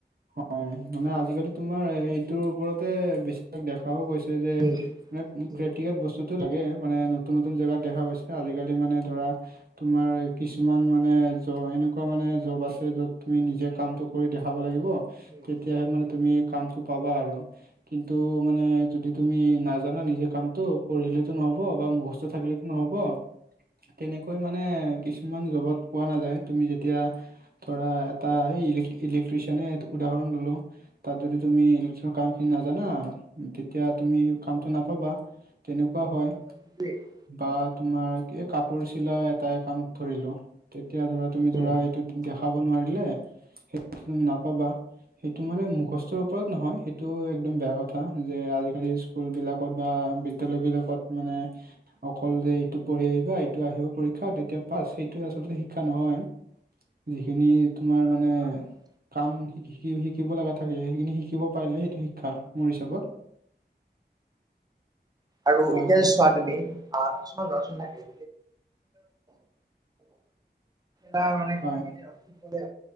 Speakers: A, on the right (about 55°); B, on the right (about 20°).
A: হয় মানে আজি-কালি তোমাৰ এইটোৰ ওপৰতে বেছ দেখাও গৈছে যে
B: উম,
A: মান
B: উম,
A: প্ৰেক্টিকেল বচ টো লাগে মানে নতুন নতুন জেগাত দেখা গৈছে। আজি-কালি মানে ধৰা তোমাৰ কিছুমান মানে জ এনেকুৱা মানে জব আছে যত তুমি নিজে কামটো কৰি দেখাব লাগিব।
B: উম,
A: তেতিয়াহে মানে তুমি
B: উম,
A: কামটো পাবা আৰু, কিন্তু মানে যদি তুমি নাজানা নিজে কামটো পঢ়িলে নহ'ব বা মুখস্থ থাকিলেতো নহ'ব। তেনেকৈ মানে কিছুমান জবত পোৱা নাযায়। তুমি যেতিয়া ধৰা এটা এই ইলেক-ইলেকট্ৰছিয়ানে উদাহৰণ ল'লো। তাত যদি তুমি ইলেকটিছিয়ানৰ কামখিনি নাজানা তেতিয়া তুমি কামটো নাপাবা। তেনেকুৱা হয়।
B: <unintelligible>
A: বা তোমাৰ কি কাপোৰ চিলা এটাই কাম ধৰিলো তেতিয়া ধৰা তুমি
B: উম,
A: ধৰা দেখাব নোৱাৰিলে <unintelligible> নাপাবা। সেইটো মানে মুখস্থৰ ওপৰত
B: উম।
A: নহয়। সেইটো একদম বেয়া কথা যে আজি-কালি স্কুলবিলাকত বা বিদ্যালয়বিলাকত মানে অকল যে এইটো পঢ়ি আহিবা, এইটো আহিব পৰীক্ষাত তেতিয়া পাছ। সেইটো আচলতে শিক্ষা নহয়। যিখিনি
B: আৰু
A: তোমাৰ মানে কাম শি শিকি শিকিব লাগা থাকে সেইখিনি শিকিব পাৰিলে সেইটো শিক্ষা মোৰ হিচাপত।
B: আৰু
A: হয়
B: এতিয়া
A: ক
B: চো তুমি আ কিছুমান লচ হৈ থাকে। তাৰমানে
A: হয়
B: ক্ৰ <unintelligible> হওক